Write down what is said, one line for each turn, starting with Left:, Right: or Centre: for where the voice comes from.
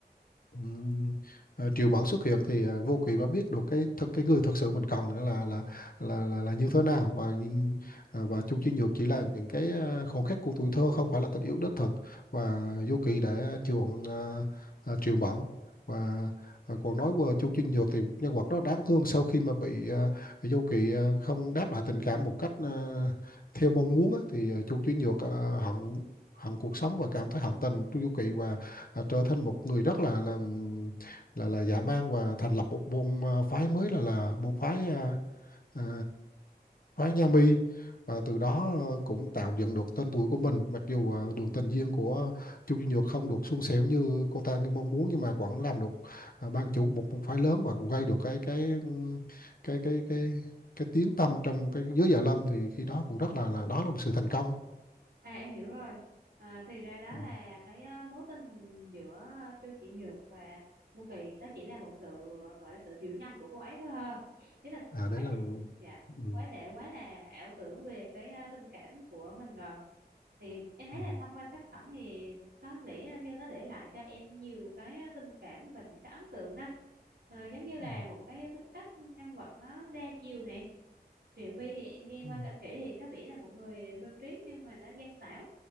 Left: Ừm, à, triệu mẫn xuất hiện thì à, vô kỵ mới biết được cái thực cái người thật sự mình cần là là là là là, là như thế nào và nhưng à, và Chung Chi Nhược chỉ là những cái à, khoảnh khắc của tuổi thơ không phải là tình yêu đích thực và vô kỵ đã chuộng à, à, triệu mẫn và à, còn nói về Chung Chi Nhược thì một nhân vật rất đáng thương sau khi mà bị à, vô kỵ à, không đáp lại tình cảm một cách à, theo mong muốn á, thì à, Chung Chi Nhược à, hận hận cuộc sống và cảm thấy hận tình Chu Du Kỵ và à, trở thành một người rất là là là, là dã man và thành lập một môn à, phái mới là là môn phái à, à, phái Nha Mi và từ đó ờ, cũng tạo dựng được tên tuổi của mình mặc dù ờ, đường tình duyên của Chu Duy Nhược không được suôn sẻ như cô ta mong muốn nhưng mà vẫn làm được ờ, ban chủ của một môn phái lớn và cũng gây được cái cái ừm, cái cái cái cái tiếng tăm trong cái giới Dạ Lâm thì khi đó cũng rất là là đó là một sự thành công
Right: À em hiểu rồi. À, thì ra đó
Left: Ừ.
Right: là cái à, mối tình giữa à, Chu Chỉ Nhược và Vô Kỵ đó chỉ là một sự à, gọi là sự hiểu nhầm của cô ấy thôi ha. Chứ là
Left: à
Right: cô
Left: đấy
Right: ấy
Left: là
Right: dạ,
Left: ừ.
Right: cô ấy đã quá là ảo tưởng về cái à, tình cảm của mình rồi. Thì em thấy
Left: Ừ.
Right: là thông qua tác phẩm thì có vẻ như nó để lại cho em nhiều cái tình cảm và những cái ấn tượng đó. Ờ, giống như là
Left: Ừ.
Right: một cái tính cách nhân vật nó đa chiều này. Triệu Vy thì em nghe
Left: Ừ.
Right: qua anh kể thì có vẻ là một người mưu trí nhưng mà nó gian xảo